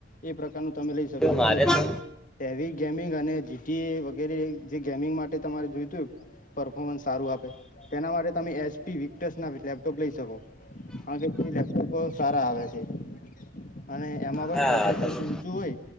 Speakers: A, on the left; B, in the centre.
A: એ પ્રકાર તનુ તમે લઈ શકો ને
B: મારે
A: જો તમે
B: તો
A: હેવી ગેમિંગ અને જીટીએ વગેરે જે ગેમિંગ માટે તમારે જોઈતું પરફોમન્સ સારું આપે તેના માટે તમે એસપી વિક્ટસના લેપટોપ લઈ શકો કારણ કે એ લેપટોપ સારા આવે છે અને એમાં
B: હા
A: પણ પ્રોસેસર
B: તમે
A: લઊંચું હોય